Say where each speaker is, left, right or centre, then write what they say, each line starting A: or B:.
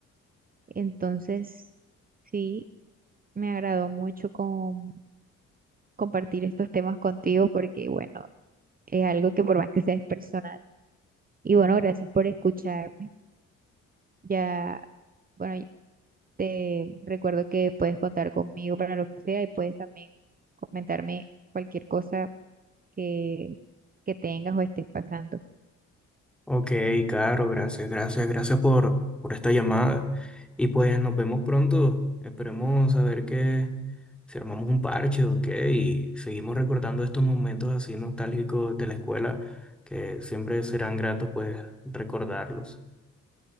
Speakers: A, on the right; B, in the centre.
A: Entonces, sí, me agradó mucho con, compartir estos temas contigo porque, bueno, es algo que por más que sea es personal. Y bueno, gracias por escucharme. Ya. Bueno, Te recuerdo que puedes contar conmigo para lo que sea y puedes también comentarme cualquier cosa que, que tengas o estés pasando.
B: Ok, Caro, gracias, gracias, gracias por, por esta llamada. Y pues nos vemos pronto. Esperemos a ver que si armamos un parche, ok, y seguimos recordando estos momentos así nostálgicos de la escuela, que siempre serán gratos pues recordarlos.